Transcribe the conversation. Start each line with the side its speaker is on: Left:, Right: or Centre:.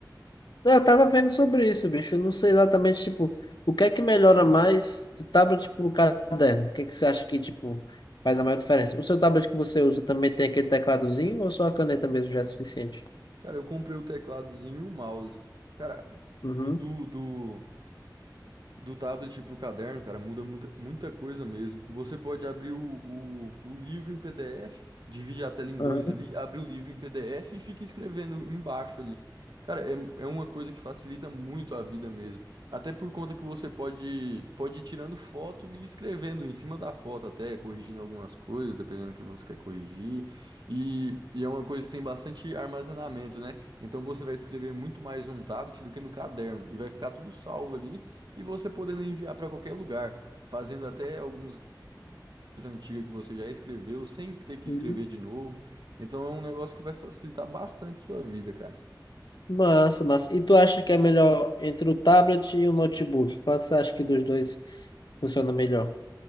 Left: Eu tava vendo sobre isso, bicho. Eu não sei exatamente, tipo, o que é que melhora mais de tablet pro caderno? O que é que você acha que, tipo, faz a maior diferença? O seu tablet que você usa também tem aquele tecladozinho ou só a caneta mesmo já é suficiente?
Right: Cara, eu comprei o tecladozinho e o mouse. Cara,
Left: Uhum.
Right: do, do, do- do tablet para o caderno, cara, muda muita, muita coisa mesmo. Você pode abrir o, o, o livro em PDF, divide a tela em
Left: Aham.
Right: dois ali, abre o livro em PDF e fica escrevendo embaixo ali. Cara, é, é uma coisa que facilita muito a vida mesmo. Até por conta que você pode, pode ir tirando foto e escrevendo em cima da foto até, corrigindo algumas coisas, dependendo do que você quer corrigir. E, e é uma coisa que tem bastante armazenamento, né? Então você vai escrever muito mais num tablet do que no caderno. E vai ficar tudo salvo ali. E você podendo enviar para qualquer lugar, fazendo até alguns antigos que você já escreveu, sem ter que
Left: uhum.
Right: escrever de novo. Então é um negócio que vai facilitar bastante sua vida, cara.
Left: Massa, massa. E tu acha que é melhor entre o tablet e o notebook? Qual você acha que dos dois funciona melhor?